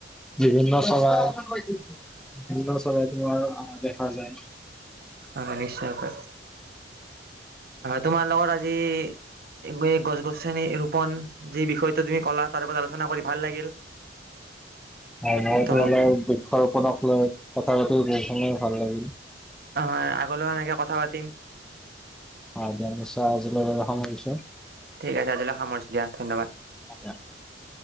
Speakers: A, in the centre; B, on the right.
A: বিভিন্ন চৰাই, বিভিন্ন চৰাই, তোমাৰ আহা দেখা যায়।
B: হয়, নিশ্চয়কৈ। তোমাৰ লগত আজি এই গছ-গছনি ৰোপন, যি বিষয়টোৰ ওপৰত তুমি ক'লা, তাৰ ওপৰত আলোচনা কৰি ভাল লাগিল।
A: হয় মোৰো
B: ত'
A: তোমাৰ লগত বহি ঘৰখনক লৈ কথা পাতি, বহুখিনি ভাল লাগিল।
B: অ হয়। আগলৈও এনেকে কথা পাতিম।
A: অঁ দিয়া, নিশ্চয়। আজিলৈ বাৰু সামৰিছো।
B: ঠিক আছে, আজিলৈ সামৰিছো দিয়া ধ্যনবাদ।
A: <unintelligible>